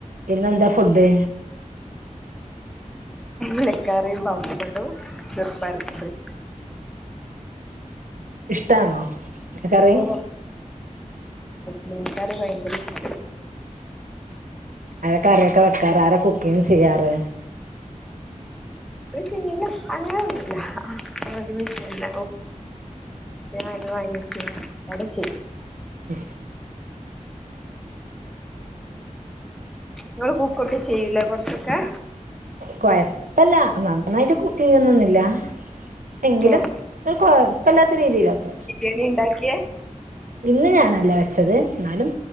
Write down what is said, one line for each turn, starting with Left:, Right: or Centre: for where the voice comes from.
Right: ഇന്നെന്താ ഫുഡ്
Centre: എലക്കറി പപ്പടം ചെറുപയർ കറി
Right: ഇഷ്ടാണോ കറി
Centre: ഓഹ് മീൻകറി ഭയങ്കര ഇഷ്ട
Right: ആരാ കറി ഒകെ വെക്കാറ് ആരെ കുക്കിങ് ചെയ്യാറ്
Centre: <inaudible> അങ്ങനെയൊന്നുമല്ല വിജയല്ല അന വനൊക്കെയ അവിടെ ചെയ്യും
Right: ഉ <inaudible>
Centre: നിങ്ങൾ കുക്കൊക്കെ ചെയ്യൂലെ കുറച്ച് ഒക്കെ
Right: കൊഴപ്പല്ല നന്നായിട്ട് കുക്കിങ് ചെയ്യുന്നൊന്നില്ല എങ്കിലും
Centre: ഓഹ്
Right: ഒരു കൊഴപ്പല്ലാത്ത രീതിയിലൊക്കെ
Centre: എണി ഉണ്ടാക്കിയെ
Right: ഇന്ന് ഞാനല്ല വെച്ചത് എന്നാലും